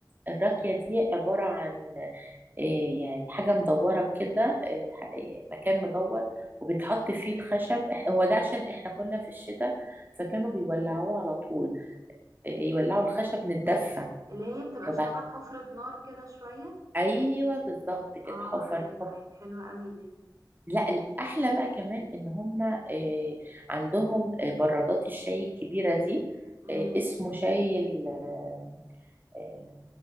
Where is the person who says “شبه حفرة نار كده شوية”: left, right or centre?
Right